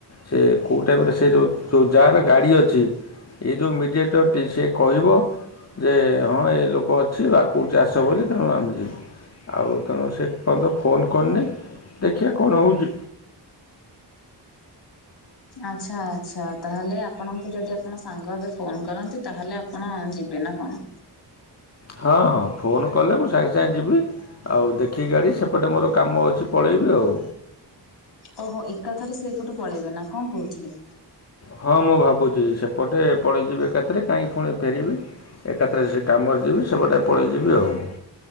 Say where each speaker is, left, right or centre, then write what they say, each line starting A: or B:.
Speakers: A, on the left; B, on the left.
A: ସେ କେଉଁ ଟାଇମରେ ସେ ଯଉଁ ଯାହାର ଗାଡ଼ି ଅଛି ଏଇ ଯେଉଁ ମିଡ଼ିଏଟର୍ଟି ସେ କହିବ ଯେ ହଁ ଏ ଲୋକ ଅଛି ବା କହୁଛି ଆସ ବୋଲି ତେଣୁ ଆମେ ଯିବୁ ଆଉ ତେଣୁ ସେ ପର୍ଯ୍ୟନ୍ତ ଫୋନ୍ କରିନି ଦେଖିବା କଣ ହେଉଛି।
B: ଆଚ୍ଛା ଆଚ୍ଛା ତାହେଲେ ଆପଣଙ୍କୁ ଯଦି ଆପଣ ସାଙ୍ଗ ଏବେ ଫୋନ୍ କରନ୍ତି ତାହେଲେ ଆପଣ ଯିବେ ନା କଣ?
A: ହଁ ହଁ ଫୋନ୍ କଲେ ମୁଁ ସାଙ୍ଗେ ସାଙ୍ଗେ ଯିବି। ଆଉ ଦେଖିକି ଗାଡ଼ି ସେପଟେ ମୋର କାମ ଅଛି ପଳେଇବି ଆଉ।
B: ଓହୋ ଏକାଥରେ ସେପଟୁ ପଳେଇବେ ନା କଣ କହୁଥିଲେ?
A: ହଁ ମୁଁ ଭାବୁଛି ସେପଟେ ପଳେଇଯିବି ଏକାଥରେ କାହିଁକି ପୁଣି ଫେରିବି? ଏକାଥାରେ ସେ କାମରେ ଯିବି ସେପଟେ ପଳେଇଯିବି ଆଉ।